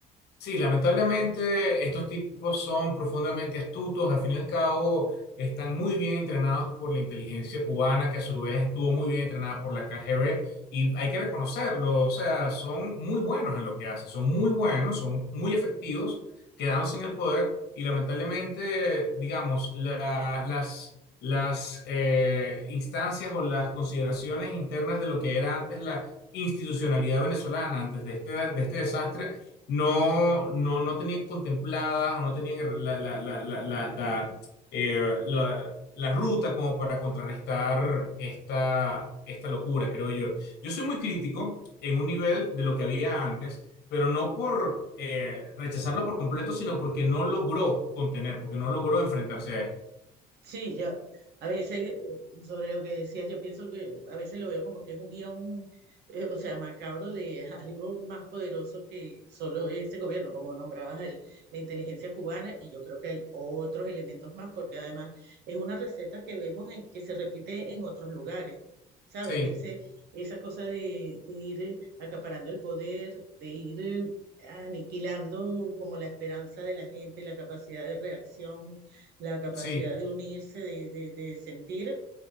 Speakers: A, on the left; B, on the right.
A: Sí, lamentablemente estos tipos son profundamente astutos, al fin y al cabo están muy bien entrenados por la inteligencia cubana, que a su vez estuvo muy bien entrenada por la KGB, y hay que reconocerlo, o sea, son muy buenos en lo que hacen, son muy buenos, son muy efectivos, quedándose en el poder, y lamentablemente, digamos, la- las, las eh, instancias o las consideraciones internas de lo que era antes la institucionalidad venezolana, antes de este, de este desastre no, no, no tenían contempladas o no tenían la, la, la, la, la, la, eh, la- la ruta como para contrarrestar esta, esta locura, creo yo. Yo soy muy crítico en un nivel de lo que había antes, pero no por eh, rechazarlo por completo, sino porque no logró contener, porque no logró enfrentarse a esto.
B: Sí, yo a veces eh, sobre lo que decías, yo pienso que a veces lo veo como que es un guión, eh, o sea, macabro de <laughs> algo más poderoso que solo ese gobierno, como nombrabas el- la inteligencia cubana, y yo creo que hay otros elementos más, porque además es una receta que vemos en- que se repite en otros lugares, ¿sabes?
A: Sí,
B: Ese, esa cosa de, de ir eh, acaparando el poder, de ir eh, aniquilando como la esperanza de la gente, la capacidad de reacción la capacidad
A: sí,
B: de unirse, de, de, de sentir